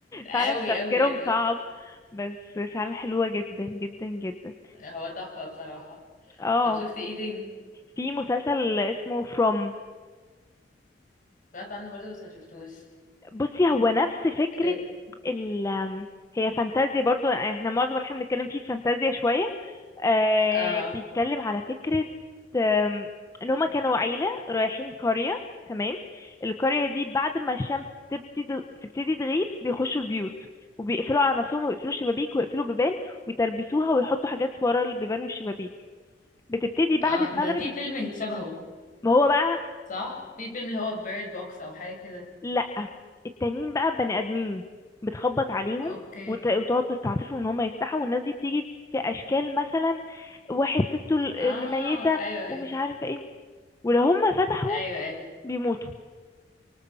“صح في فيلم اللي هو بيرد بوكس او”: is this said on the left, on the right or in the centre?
Left